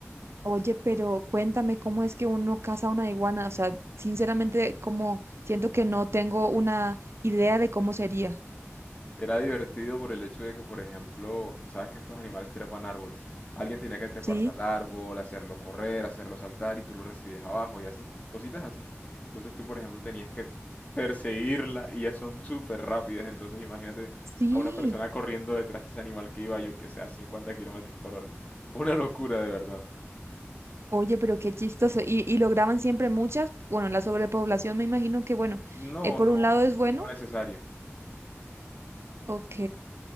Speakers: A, on the right; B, on the left.
A: Oye, pero cuéntame cómo es que uno caza una iguana. O sea, sinceramente, como siento que no tengo una idea de cómo sería.
B: Era divertido por el hecho de que, por ejemplo, sabes que estos animales trepan árboles. Alguien tenía que treparse
A: ¿Sí?
B: al árbol, hacerlo correr, hacerlo saltar y tú lo recibías abajo y así. Cositas así. Entonces tú, por ejemplo, tenías que perseguirla y ya son súper rápidas. Entonces imagínate
A: Sí.
B: a una persona corriendo detrás de ese animal que iba, yo que sé, a 50 kilómetros por hora. Una locura, de verdad.
A: Oye, pero qué chistoso. Y, y lograban siempre muchas. Bueno, la sobrepoblación me imagino que, bueno,
B: No,
A: eh, por
B: no,
A: un lado
B: no
A: es bueno.
B: no necesario.
A: Ok,